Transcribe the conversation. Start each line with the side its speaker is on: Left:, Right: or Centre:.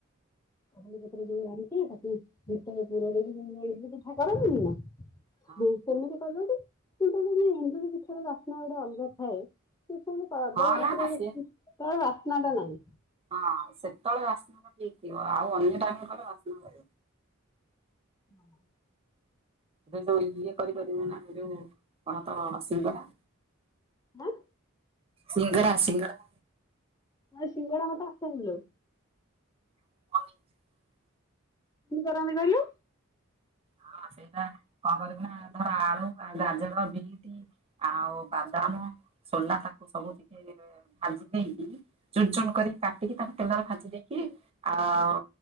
Left: ଆ ପରେ ଯଉ ବା ତାକୁି ଭିତରେ ପୁର ଦେଇକି ପିଠାକରନ୍ତିନି ନା!
Right: ହଁ।
Left: ହୁଁ ସେମିତି କରୁଛନ୍ତି କିନ୍ତୁ ଯଦି ଏଣ୍ଡୁରି ପିଠା ର ବାସ୍ନା ଗୋଟେ ଅଲଗା ଥାଏ। ସେ ସେତି କଦଳୀପତ୍ର
Right: ହଁ ନା ନା ସିଏ
Left: ବାସ୍ନା ଟା ନାହିଁ।
Right: ହଁ ସେତେବେଳେ ବାସ୍ନ ର ଠିକ ଥିବ ଆଉ ଅନ୍ୟ ଟାଇମ୍ ତଳେ ବାସ୍ନା ରହିବ।
Left: ହଁ।
Right: ତମେ ଯୋଉ ଇଏ କରିପାରିବୁ ନା ଯୋଉ କଣ ତ ସିଙ୍ଗଡ଼ା।
Left: ଆଁ
Right: ସିଙ୍ଗଡା ସିଙ୍ଗଡା।
Left: ନାଇ ସିଙ୍ଗଡ଼ା ମତେ ଆସେନି ଲୋ।
Right: <unintelligible>
Left: କେମିତି କରନ୍ତି କହିଲୁ।
Right: ହଁ ସେଇଟା କଣ କରିବୁ ନା ଧର ଆଳୁ ଗାଜର ବିଟି। ଆଉ ବାଦାମ ସୋଲା ତାକୁ ସବୁ ଟିକେ। ଭାଜି ଦେଇକି ଚୁନ ଚୁନ କରିକି କାଟିକି ତାକୁ ତେଲରେ ଭାଜି ଦେଇକି। ଆଉ